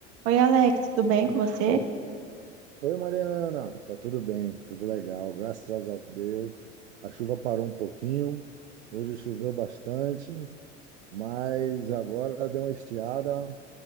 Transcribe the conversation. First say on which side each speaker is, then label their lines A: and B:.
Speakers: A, on the right; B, on the right.
A: Oi, Alex, tudo bem com você?
B: Oi, Mariana, tá tudo bem, tudo legal, graças a Deus. A chuva parou um pouquinho, hoje choveu bastante, mas agora deu uma estiada.